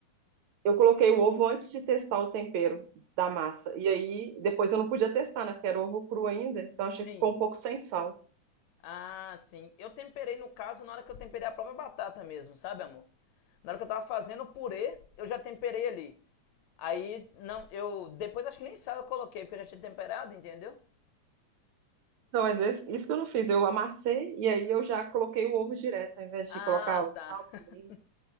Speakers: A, on the right; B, on the left.
A: eu coloquei o ovo antes de testar o tempero da massa. E aí depois eu não podia testar, né? Porque era ovo cru ainda, então
B: sim.
A: achei que ficou um pouco sem sal.
B: Ah, sim. Eu temperei, no caso, na hora que eu temperei a própria batata mesmo, sabe, amor? Na hora que eu tava fazendo o purê, eu já temperei ali. Aí, não, eu. Depois acho que nem sal eu coloquei, porque eu já tinha temperado, entendeu?
A: Não, mas esse- isso que eu não fiz. Eu amassei e aí eu já coloquei o ovo direto, ao invés
B: Ah,
A: de colocar o sal,
B: tá. <laughs>
A: pimenta.